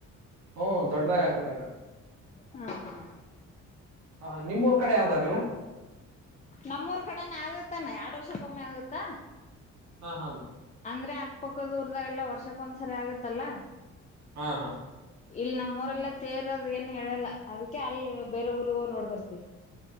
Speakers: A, on the right; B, on the left.
A: ಹ್ಮ ದೊಡ್ಡ್ದಾಗ ಆಗತ್ತ ಅಕ್ಕ
B: ಹ್ಮ್
A: ಹ ನಿಮ್ಮೂಊರ್ ಕಡೆ ಯಾವ್ದಾಗಲ್ಲ?
B: ನಮ್ಮೂರ್ ಕಡೆನೆ ಆಗತ್ತಾನ ಎರಡ್ ವರ್ಷಕ್ಕೊಮ್ಮೆ ಆಗತ್ತ.
A: ಹಾ ಹಾ
B: ಅಂದ್ರೆ ಅಕ್ಕಪಕ್ಕದೂರದಾಗೆಲ್ಲ ವರ್ಷಕ್ಕೊಂದ್ಸರಿ ಆಗತ್ತಲ್ಲಾ.
A: ಹಾ ಹಾ
B: ಇಲ್ಲಿ ನಮ್ಮ ಊರೆಲ್ಲ ತೇರೋದ ಏನು ಹೇಳಲ್ಲ ಅದಕ್ಕೆ ಅಲ್ಲಿ ಬೇರೆ ಊರಿಗ ನೋಡ್ಬರ್ತಿವಿ.